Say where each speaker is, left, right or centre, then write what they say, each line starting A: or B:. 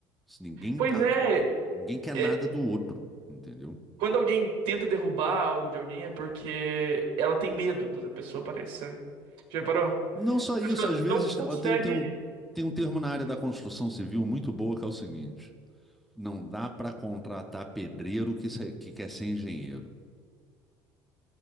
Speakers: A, in the centre; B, on the right (about 70°).
A: Ninguém
B: Pois
A: tá,
B: é,
A: ninguém quer
B: é,
A: nada do outro, entendeu?
B: Quando alguém tenta derrubar algo de alguém é porque ela tem medo da outra pessoa, parece, Já reparou?
A: Não só isso,
B: A pessoa
A: às vezes
B: não consegue.
A: ó, tem, tem um, tem um termo na área da construção civil muito boa que é o seguinte: não dá para contratar pedreiro que, se- que quer ser engenheiro.